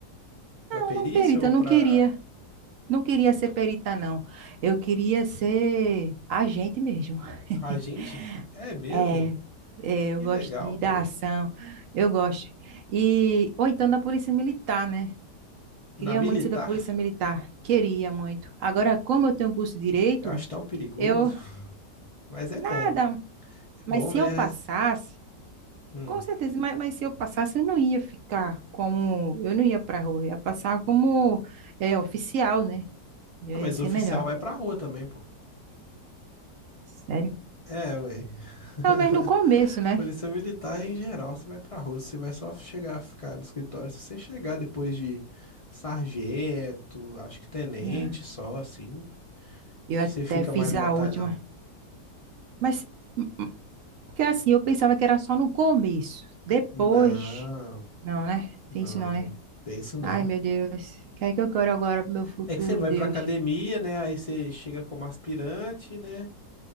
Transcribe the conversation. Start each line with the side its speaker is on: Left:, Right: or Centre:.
Left: Para
Right: Não,
Left: perícia
Right: não perita,
Left: ou
Right: eu
Left: para
Right: não queria. Não queria ser perita, não. Eu queria ser agente mesmo. <laughs>
Left: agente? É mesmo?
Right: É, é,
Left: Que
Right: eu gosto
Left: legal,
Right: de,
Left: pô.
Right: da ação, eu gosto. E, ou então da polícia militar, né?
Left: Na
Right: Queria
Left: militar,
Right: muito ser da Polícia Militar. Queria muito. Agora, como eu tenho curso de direito,
Left: eu acho tão perigoso,
Right: eu.
Left: mas é
Right: Nada.
Left: bom. É
Right: Mas
Left: bom,
Right: se
Left: né?
Right: eu passasse,
Left: Hum.
Right: com certeza, mas, mas se eu passasse, eu não ia ficar como. Eu não ia pra rua, eu ia passar como é, oficial, né? Eu
Left: Não,
Right: ia
Left: mas
Right: ser
Left: o oficial
Right: melhor.
Left: vai pra rua também, pô.
Right: Sério.
Left: É, ué.
Right: Talvez
Left: <laughs>
Right: no começo, né?
Left: Polícia militar em geral, você vai pra rua, você vai só chegar a ficar no escritório. Se você chegar depois de sargento, acho que tenente
Right: Ah,
Left: só, assim,
Right: eu
Left: que
Right: até
Left: você fica
Right: fiz
Left: mais no
Right: a
Left: batalhão.
Right: última. Mas. hum, hum, Porque assim, eu pensava que era só no começo. Depois.
Left: Não,
Right: Não, né?
Left: não,
Right: Tem isso não, né?
Left: tem isso não.
Right: Ai, meu Deus. O que é que eu quero agora pro meu futuro,
Left: É que você vai
Right: Deus?
Left: pra academia, né? Aí você chega como aspirante, né?